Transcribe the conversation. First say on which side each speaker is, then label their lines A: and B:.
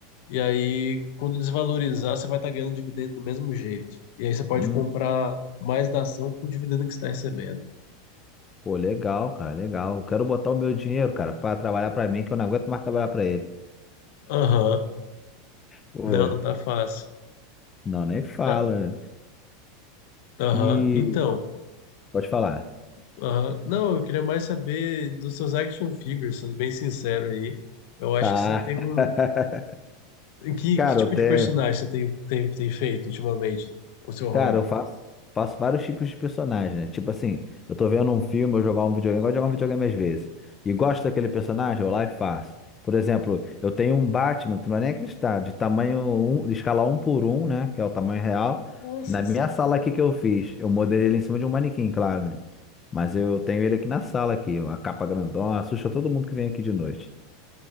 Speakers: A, on the left; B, on the left.
A: E aí, quando desvalorizar, você vai estar ganhando dividendo do mesmo jeito. E aí você pode
B: Hum,
A: comprar mais da ação com o dividendo que você está recebendo.
B: pô, legal, cara, legal. Quero botar o meu dinheiro, cara, pra trabalhar pra mim, que eu não aguento mais trabalhar pra ele.
A: Aham.
B: Pô.
A: Não, não tá fácil.
B: Não, nem fala.
A: Tá. Aham,
B: E
A: Então,
B: pode falar.
A: aham. Não, eu queria mais saber dos seus action figures, sendo bem sincero aí. Eu acho
B: Tá.
A: que você tem
B: <laughs>
A: um. Que,
B: Cara,
A: que tipo
B: eu até,
A: de personagem você tem, tem, tem feito ultimamente com o seu hobby?
B: cara, eu faço, faço vários tipos de personagem, né? Tipo assim, eu tô vendo um filme, eu jogar um videogame, eu gosto de jogar um videogame às vezes. E gosto daquele personagem, eu vou lá e faço. Por exemplo, eu tenho um Batman, tu não vai nem acreditar, de tamanho um, de escala um por um, né? Que é o tamanho real.
A: Nossa
B: Na minha
A: senhora!
B: sala aqui que eu fiz, eu modelei ele em cima de um manequim, claro, né? Mas eu tenho ele aqui na sala aqui, uma capa grandona, assusta todo mundo que vem aqui de noite.